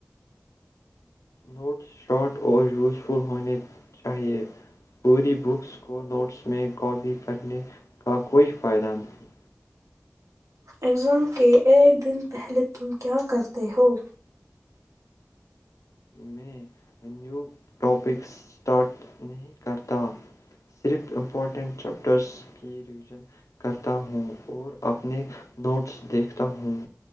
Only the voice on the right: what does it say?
ایگزام کے ایک دن پہلے تم کیا کرتے ہو